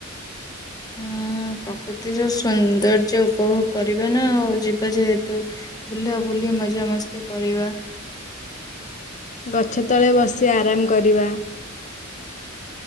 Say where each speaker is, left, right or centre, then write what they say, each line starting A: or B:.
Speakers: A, on the left; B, on the left.
A: ହୁଁ। ଉଁ ପ୍ରକୃତିର ସୌନ୍ଦର୍ଯ୍ୟ ଉପଭୋଗ କରିବା ନା ଆଉ ଯିବା ଯେହେତୁ ବୁହ୍ଲାବୁଲି ମଜାମସ୍ତି କରିବା।
B: ଗଛତଳେ ବସି ଆରାମ କରିବା।